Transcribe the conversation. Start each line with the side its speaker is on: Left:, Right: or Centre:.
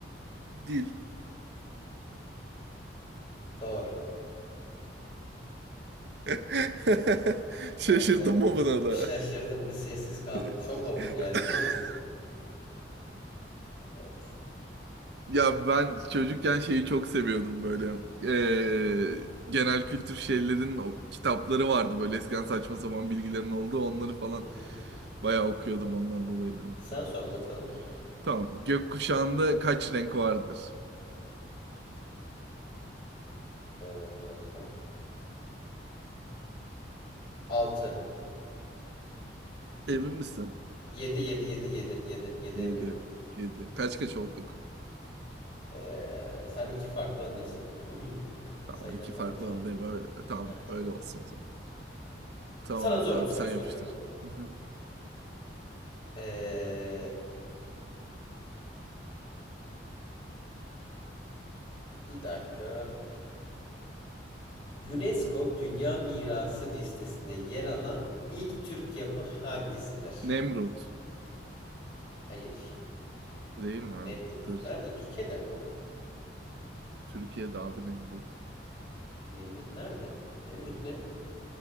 Right: Dil.
Left: Doğru.
Right: <laughs> Şaşırdım
Left: Evet. ya bir-
Right: mı buna da?
Left: bir şaşırdım. Bir sessiz kaldım.
Right: <laughs>
Left: Şok oldum yani. Niye? bu- Evet.
Right: Ya ben çocukken şeyi çok seviyordum böyle. Ee, genel kültür şeylerin o kitapları vardı böyle eskiden saçma sapan bilgilerin olduğu onları falan
Left: Hı hı.
Right: bayağı okuyordum ondan dolayıdır muhtemelen.
Left: Sen sor bakalım.
Right: Tamam. Gökkuşağında kaç renk vardır?
Left: Ee, dur dakika. 6.
Right: Emin misin?
Left: yedi, 7, yedi 7, 7, 7
Right: 7,
Left: eminim.
Right: 7. Kaç kaç olduk?
Left: Ee, sen iki farklı öndesin. <clears throat>
Right: Tamam
Left: Sayıları
Right: iki farklı
Left: tam hatırlamıyorum.
Right: alandayım. Öyle, tamam
Left: Evet.
Right: öyle olsun o zaman. Tamamdır
Left: Sana zor
Right: abi
Left: bir soru
Right: sen
Left: soruyorum.
Right: yapıştır. Hı hı.
Left: Ee, bir dakika. UNESCO Dünya Mirası listesinde yer alan ilk Türk yapı hangisidir?
Right: Nemrut.
Left: Hayır.
Right: Değil mi? abi?
Left: Nemrut
Right: Dur.
Left: nerede? Türkiye'de mi?
Right: Türkiye'de abi Nemrut.
Left: Nemrut nerede? Nemrut ne?